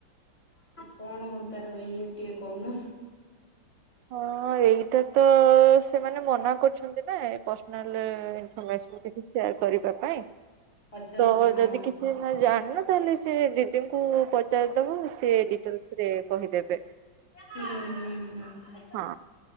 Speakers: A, on the left; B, on the right.
A: କଣ ହ ତାର ଇଏ ଟିକେ କହୁନ?
B: ହଁ ଏଇଟା ତ ସେମାନେ ମନା କରୁଛ କରିଚନ୍ତି ପ୍ରସନ୍ନାଲ୍ ଇନ୍ସଫେମେସ୍ ସେୟାର କରିବା ପାଇଁ।
A: ଆଚ୍ଛା
B: ତ
A: ଆଚ୍ଛା ହଁ।
B: ଯଦି କିଛି ଜାଣିନ ତାହେଲେ ସେ ଦିଦିଙ୍କୁ ପଚାରିଦବ ସେ ଡିଟେଲସ୍ ରେ କହିଦେବେ।
A: ହୁଁ ହୁଁ ହୁଁ।
B: ହଁ।